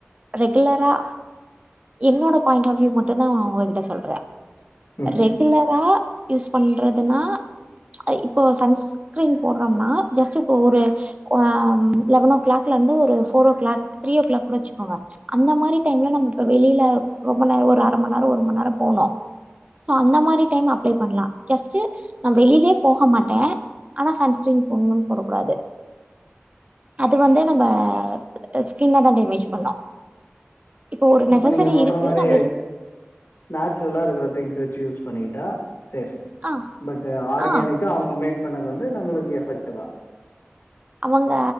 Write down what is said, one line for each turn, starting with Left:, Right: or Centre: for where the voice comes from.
Right: ரெகுலரா என்னோட பாயிண்ட் ஆஃப் யூ மட்டுதா உங்ககிட்ட சொல்ற
Left: ம்.
Right: ரெ குல்லரா யூஸ் பண்றதுன்னா அ இப்போ சன்ஸ்கிரீன் போறோம்னா ஜஸ்ட் இப்போ ஒரு ஆ ம் லெவன் ஓ கிளாக் இலந்து ஒரு ஃபோரோ o'clock three o'clock கூட வச்சிகோங்க அந்த மாரி டைம்ல நம்ம இப்ப வெளில ரொம்ப நேர ஒரு அர மண் நேரோ ஒரு மண் நேரோ போனோ சோ அந்த மாரி டைம்ல அப்ளே பண்லா ஜஸ்ட்டு நா வெளிலே போக மாட்ட ஆனா சன்ஸ்கிரீன் போடனுன் போடக் கூடாது அது வந்து நம்ம ஸ்கின்னதா டேமேஜ் பண்ணு இப்போ ஒரு
Left: இப்ப
Right: நெசசரி
Left: நீங்க சொல்ற
Right: இருக்கு
Left: மாரி
Right: நா வெளி
Left: நேச்சுரலா இருக்கிற திங்ஸ் வச்சி யூஸ் பண்ணிட்டா சேஃப்
Right: ஆ
Left: பட் ஆர்கானிக்
Right: ஆ
Left: கா அவுங்க மேட் பண்ணது வந்து நம்மளுக்கு எஃபெக்ட்தா
Right: அவுங்க